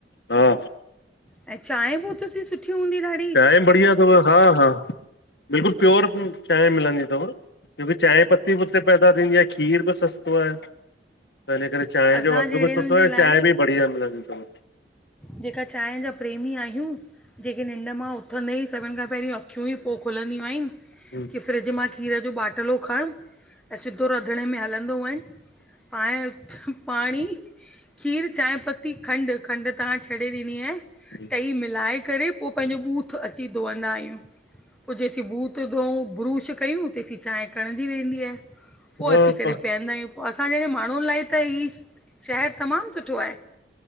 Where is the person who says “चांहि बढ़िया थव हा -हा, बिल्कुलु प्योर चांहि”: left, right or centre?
Left